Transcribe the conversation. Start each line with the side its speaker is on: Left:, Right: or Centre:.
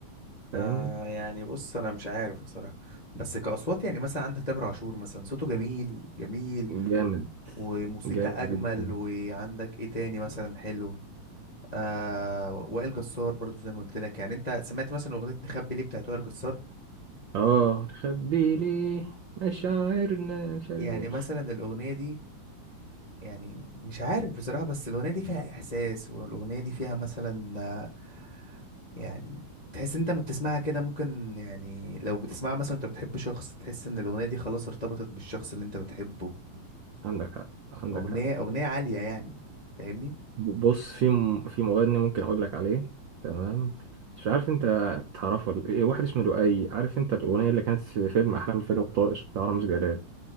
Left: آه
Right: فاهمني
Left: يعني بص انا مش عارف بصراحه بس كاصوات يعني مثلا عندك تامر عاشور مثلا صوته جميل جميل
Right: جامد
Left: وموسيقى
Right: جامد
Left: اجمل
Right: جدا
Left: وعندك ايه تاني مثلا حلو آه وائل جسار برضو زي ما قلت لك يعني انت سمعت مثلا اغنيه نخبي ليه بتاعت وائل جسار
Right: اه نخبي ليه مشاعرنا مش عارف
Left: يعني
Right: ايه
Left: مثلا الاغنيه دي يعني مش عارف بصراحة بس الأغنية دي فيها إحساس والأغنية دي فيها مثلا آه، يعني تحس انت ما بتسمعها كده ممكن يعني لو بتسمعها مثلا انت بتحب شخص تحس ان الأغنية دي خلاص ارتبطت بالشخص اللي انت بتحبه
Right: عندك حق عندك
Left: أغنية
Right: حق
Left: أغنية عالية يعني فاهمني؟
Right: بص في م... في مغني ممكن اقول لك عليه تمام مش عارف انت تعرفه ولا ايه واحد اسمه لؤي عارف انت الاغنيه اللي كانت في فيلم احلام الفيلم الطائش بتاع رامز جلال